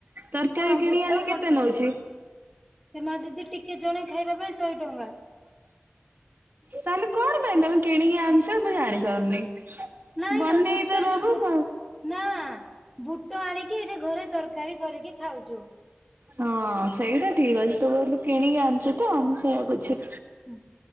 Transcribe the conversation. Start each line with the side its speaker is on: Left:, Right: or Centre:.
Right: ତରକାରୀ
Centre: ହଁ
Right: କିଣ
Centre: ବୁଟ
Right: ଆଲେ
Centre: ମ
Right: କେତେ ନଉଛି?
Centre: ଏ ମା ଦିଦି ଟିକେ ଜଣେ ଖାଇବା ପାଇଁ ଶହେ ଟଙ୍କା
Right: ସାନୁ କଣ ପାଇଁ ତୁମେ କିଣିକି ଆଣୁଛ ମୁଁ ଯାଣି ପାରୁନି
Centre: ନାଇଁଲୋ
Right: ବନେଇ
Centre: ବୁଟ
Right: ତ ରହୁସ
Centre: ଯୋଉ ବୁ ନା ବୁଟ ଆଣିକି ଏଠି ଘରେ ତରକାରୀ କରିକି ଖାଉଛୁ
Right: ହଁ ସେଇଟା ଠିକ ଅଛି ତୁ କହିଲୁ କିଣିକି ଆଣିଛୁ ତ ମୁଁ ସେଇଆକୁଛି
Centre: ହୁଁ।